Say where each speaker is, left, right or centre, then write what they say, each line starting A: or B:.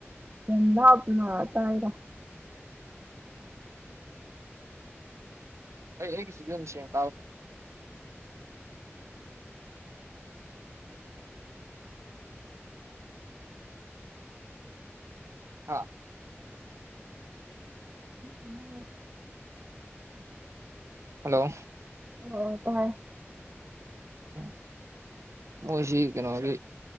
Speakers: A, on the right (about 35°); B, on the right (about 90°).
A: ꯌꯥꯝ ꯂꯥꯞꯅ ꯇꯥꯏꯌꯦꯗ
B: ꯑꯩ ꯑꯩꯒꯤ ꯁꯤꯗꯅ ꯁꯦꯡ ꯇꯥꯕ ꯑꯥ
A: ꯑꯝ
B: ꯍꯜꯂꯣ
A: ꯑꯣ ꯇ ꯥꯏ
B: ꯎꯝ ꯃꯣꯏꯁꯤ ꯀꯩꯅꯣꯒꯤ